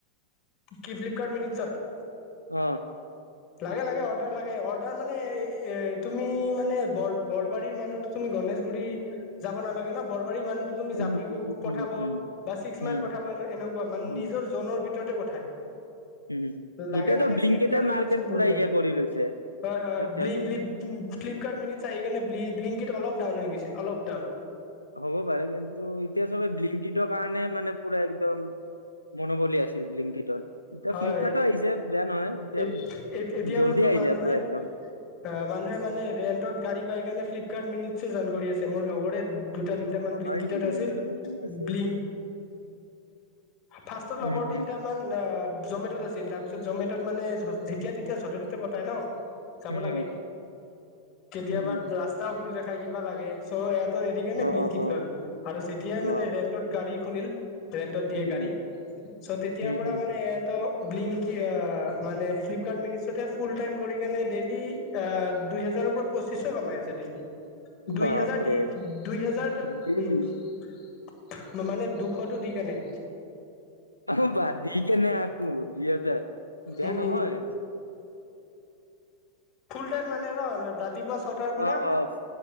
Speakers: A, on the left; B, on the left.
A: কি ফ্লিপকাৰ্ট মিনিটছত।
B: অ
A: লাগে লাগে অৰ্ডাৰ লাগে অৰ্ডাৰ মানে এ তুমি মানে বৰ বৰবাৰীৰ মানুহটো তুমি গণেশগুৰি যাব নালাগে ন বৰবাৰী মানুহতো তুমি
B: উম,
A: জাপি
B: উম,
A: পঠাব
B: উম,
A: টিক্স
B: উম,
A: মাইল পঠাব এনেকুৱা মানে
B: উম,
A: নিজৰ জনৰ ভিতৰতে পঠায়।
B: উম
A: লাগে
B: এতিয়াতো
A: লাগে
B: ব্লিংকিতে
A: ফ্লিপকাৰ্ট
B: মাৰ্কেট
A: মিনিটছত
B: পুৰা
A: বহুত
B: ইয়ে
A: লাগে
B: কৰি লৈছে।
A: হয় হয়
B: কেপচাৰ
A: ফ্লিপকাৰ্ট
B: কৰি লৈছে।
A: মিনিটছ আহি কানে ব্লি ব্লিংকিত অলপ ডাউন হৈ গৈছে অলপ ডাউন।
B: হ'ব পাৰে কিন্তু এতিয়া চবে ব্লিংকিটোৰ কাৰণে মানে পুৰা একদম মনোবলী আছিল ব্লিংকিতট এতিয়া
A: হয়
B: ফ্লিপকাৰ্টো আহিছে বেয়া নহয় এতিয়া
A: এ এ এতিয়া
B: জল্দি
A: কোনটো
B: আহি
A: মানুহে
B: যায় পুৰা একদম।
A: অ মানুহে মানে ৰেন্টত গাড়ী পাই কাৰণে ফ্লিপকাৰ্ট মিনটছো যইন কৰি আছে মোৰ লগৰে দুটা তিনিটামান
B: অ',
A: ব্লিংকটত
B: হয় নেকি?
A: আছিল
B: ত' ঠিকেই আছে
A: ব্লিং
B: এইটো।
A: ফাৰ্ষ্টত
B: উম,
A: লগৰ তিনিটা
B: উম,
A: মান জমেটত আছিল তাৰ পিছত জমেটত মানে যেতিয়া তেতিয়া য'তে ত'তে পতাই ন। যাব
B: উম,
A: লাগে কেতিয়াবা
B: উম,
A: ৰাস্তাও ভুল দেখাই কিবা লাগে চ' ইয়াত ত এৰি কিনে
B: উম, অ',
A: ব্লিংকিত
B: অ', অ',
A: ল'ল আৰু যেতিয়াই মানে
B: অ',
A: ৰেন্টত গাড়ী শুনিল ৰেন্টত দিয়ে
B: উম,
A: গাড়ী, চ' তেতিয়াৰ
B: উম, উম,
A: পৰা
B: উম,
A: মানে এয়াত ত ব্লিংকি আ মানে ফ্লিপকাৰ্ট মিন ফুল টাইম কৰি কেনে ডেইলি আহ দুই হেজাৰৰ পৰা পঁচিছশ কমাই আছে ডেলি। দুই
B: বাপৰে!
A: হেজাৰ দি দুই হেজাৰ তাৰ
B: ডেইলি
A: উম! মানে দুশতো দি কেনে।
B: অ বা দি কেনে আকৌ দুই হাজাৰ বেয়া
A: উম
B: নহয়।
A: ফুল টাইম মানে ন ৰাতিপুৱা ছটাৰ
B: অ',
A: পৰা।
B: অ',